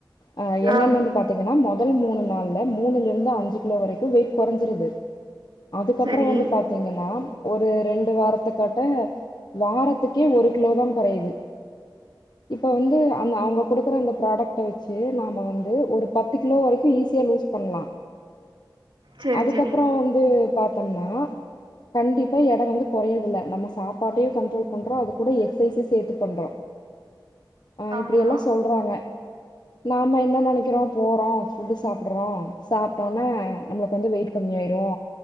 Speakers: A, on the left (about 60°); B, on the right (about 85°).
A: அ என்னன்னு
B: ஆ
A: வந்து பாத்தீங்கன்னா மொத் முதல் மூணு நாள்ல மூணுலிருந்து அஞ்சு கிலோ வரைக்கும் வெயிட் கொறஞ்சிருது அதுக்கப்
B: செரி
A: ப்புறம் வந்து பாத்தீங்கன்னா ஒரு ரெண்டு வாரத்துக்கட்ட வாரத்துக்கே ஒரு கிலோதான் கொறையுது இப்ப வந்து அந்த அவுங்க குடுத் ப்புற அந்த ப்ராடக்ட வித் சேரி நாம வந்து ஒரு பத்து கிலோ வரைக்கு ஈசியா லூஸ் பண்ணலா
B: செரி
A: அதுக்கப்பறோ
B: செரி
A: வந்து பாத் குனு கண் டிப்பா எட வந்து கொறையிறதில்ல நம்ம ஸ் சாப்பாட்டையு கண்ட்ரோல் பண்றோ அது கூட எக்ஸசைஸியு சேத்து பண்றோ அ
B: ஆமா
A: இப்டியெல்லா சொல்றாங்க நாம என்ன நெனைக்கிறோ போறோ ஃபுட்டு் சாப்புட்றோ சாப்ட்டோன்னே நம்மளுக்கு வந்து வெயிட் கம்மியாயிரு